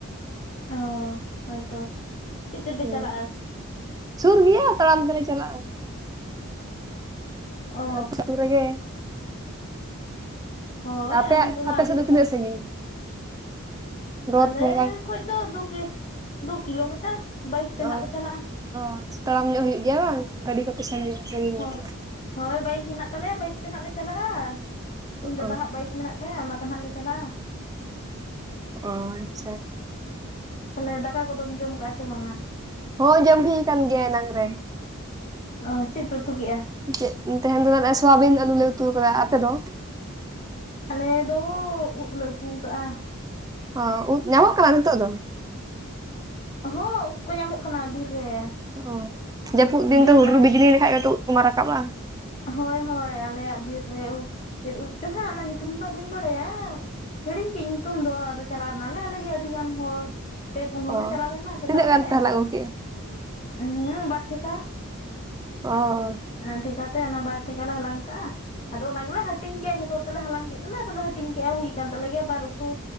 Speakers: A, on the left (about 30°); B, on the right (about 15°).
A: ᱚ ᱦᱳᱭ ᱛᱚ ᱪᱮᱫ ᱛᱮᱯᱮ
B: ᱦᱩᱸ
A: ᱪᱟᱞᱟᱜᱼᱟ?
B: ᱥᱩᱨ ᱜᱮᱭᱟ ᱛᱟᱲᱟᱢ ᱛᱮᱞᱮ ᱪᱟᱞᱟᱜᱼᱟ᱾
A: ᱚ
B: ᱟᱪᱪᱷᱟ ᱩᱛᱩ ᱨᱮᱜᱮ᱾
A: ᱦᱳᱭ
B: ᱟᱯᱮᱭᱟᱜ
A: ᱟᱢᱫᱚ ᱢᱟ
B: ᱟᱯᱮ
A: ᱟᱹᱰᱤ
B: ᱥᱮᱫ ᱫᱚ
A: ᱨᱚᱠᱚᱢ
B: ᱛᱤᱱᱟᱹᱜ ᱥᱟᱺᱜᱤᱧ᱾ ᱨᱚᱛ
A: ᱟᱞᱮ
B: ᱵᱚᱸᱜᱟ
A: ᱠᱷᱚᱡ ᱫᱚ ᱫᱩ ᱠᱤ ᱫᱩ ᱠᱤᱞᱳᱢᱤᱴᱟᱨ ᱵᱟᱭᱤᱠ ᱛᱮ ᱱᱟᱦᱟᱜ
B: ᱚ
A: ᱞᱮ ᱪᱟᱞᱟᱜᱼᱟ᱾
B: ᱚ ᱛᱟᱲᱟᱢ ᱧᱚᱜ ᱦᱩᱭᱩᱜ ᱜᱮᱭᱟ ᱵᱟᱝ ᱜᱟᱹᱰᱤ ᱠᱚᱯᱮ ᱥᱟᱺᱜᱤᱧ ᱥᱟᱺᱜᱤᱧ
A: ᱦᱚᱸ
B: ᱧᱚᱜ ᱜᱮᱭᱟ᱾
A: ᱦᱳᱭ ᱵᱟᱭᱤᱠ ᱦᱮᱱᱟᱜ ᱛᱟᱞᱮᱭᱟ ᱵᱟᱭᱤᱠ ᱛᱮ ᱱᱟᱦᱟᱜ ᱞᱮ ᱪᱟᱞᱟᱜᱼᱟ ᱤᱧ ᱫᱟᱫᱟ
B: ᱚ
A: ᱦᱟᱜ ᱵᱟᱭᱤᱠ ᱢᱮᱱᱟᱜ ᱛᱟᱭᱟ ᱚᱱᱟᱛᱮ ᱱᱟᱦᱟᱜ ᱞᱮ ᱪᱟᱞᱟᱜᱼᱟ᱾
B: ᱚ ᱟᱪᱪᱷᱟ᱾
A: ᱛᱟᱦᱮᱞᱮ ᱫᱟᱠᱟ ᱠᱚᱫᱚᱢ ᱡᱚᱢ ᱠᱟᱜᱼᱟ ᱥᱮ ᱵᱟᱝ-ᱟ?
B: ᱦᱳᱭ ᱡᱚᱢ ᱦᱩᱭ ᱠᱟᱱ ᱜᱮᱭᱟ ᱮᱱᱟᱝ ᱨᱮ᱾
A: ᱚ ᱪᱮᱫ ᱯᱮ ᱩᱛᱩ ᱠᱮᱜᱼᱟ?
B: ᱠᱮᱜ, ᱛᱟᱴᱮᱦᱮᱱᱴᱧ ᱫᱚ ᱡᱮᱢᱚᱱ ᱥᱚᱣᱟᱵᱤᱱ ᱟᱞᱩ ᱞᱮ ᱩᱛᱩ ᱠᱟᱫᱟ ᱟᱯᱮ ᱫᱚ
A: ᱟᱞᱮ ᱫᱚ ᱩᱫ ᱞᱮ ᱩᱛᱩ ᱠᱟᱜ-ᱟ᱾
B: ᱚ ᱩᱫ ᱧᱟᱢᱚᱜ ᱠᱟᱱᱟ ᱱᱤᱛᱚᱜ ᱫᱚ᱾
A: ᱦᱚᱸ ᱩᱫ ᱠᱚ ᱧᱟᱢᱚᱜ ᱠᱟᱱᱟ ᱵᱤᱨ ᱨᱮ᱾
B: ᱚ ᱡᱟᱹᱯᱩᱫ ᱫᱤᱱ
A: ᱵᱤᱨ
B: ᱫᱚ ᱦᱩᱰᱩᱨ
A: ᱟᱞᱮ
B: ᱵᱤᱡᱽᱞᱤ ᱞᱮᱠᱷᱟᱡ ᱜᱮᱛᱚ ᱩᱫ ᱠᱚᱢᱟ ᱨᱟᱠᱟᱵ-ᱟ᱾
A: ᱦᱳᱭ ᱦᱳᱭ ᱟᱞᱮᱭᱟᱜ ᱵᱤᱨ ᱨᱮ ᱪᱮᱫ ᱩᱫ ᱪᱚ ᱱᱟᱜ ᱚᱱᱟ ᱧᱩᱛᱩᱢ ᱫᱚ ᱵᱟᱹᱧ ᱵᱟᱲᱟᱭᱟ᱾ ᱦᱮᱲᱤᱧ ᱠᱮᱜ ᱤᱧ ᱧᱩᱛᱩᱢ ᱫᱚ ᱟᱫᱚ ᱪᱟᱞᱟᱣ ᱱᱟᱞᱮ ᱟᱞᱮ ᱜᱮ ᱟᱹᱰᱤ ᱜᱟᱱ ᱦᱚᱲ᱾ ᱯᱮ ᱯᱩᱱ ᱦᱚᱲ
B: ᱚ
A: ᱞᱮ ᱪᱟᱞᱟᱣ ᱞᱮᱱᱟ ᱥᱮᱛᱟᱜ
B: ᱛᱤᱱᱟᱹᱜ ᱜᱟᱱ
A: ᱨᱮ
B: ᱛᱟᱦᱚᱞᱮ
A: ᱟᱫᱚ
B: ᱟᱹᱜᱩ
A: ᱚᱱᱟ,
B: ᱠᱮᱜᱼᱟ
A: ᱦᱮᱸ ᱵᱟᱨ ᱴᱷᱤᱠᱟ᱾
B: ᱚ
A: ᱧᱮᱞ ᱴᱷᱤᱠᱟ ᱠᱟᱛᱮᱫ ᱚᱱᱟ ᱵᱟᱨ ᱴᱷᱤᱠᱟ ᱞᱮ ᱦᱟᱞᱟᱝ ᱠᱟᱜᱼᱟ᱾ ᱟᱫᱚ ᱚᱱᱟ ᱜᱮᱞᱮ ᱦᱟᱹᱴᱤᱧ ᱠᱮᱜ-ᱟ ᱡᱷᱚᱛᱚ ᱦᱚᱲ ᱛᱮᱞᱮ ᱦᱟᱞᱟᱝ ᱠᱮᱫ ᱛᱮᱞᱮ ᱟᱫᱚᱞᱮ ᱦᱟᱹᱴᱤᱧ ᱠᱮᱜᱼᱟ ᱦᱩᱭ ᱠᱟᱱ ᱛᱟᱞᱮ ᱜᱮᱭᱟ ᱵᱟᱨ ᱩᱛᱩ᱾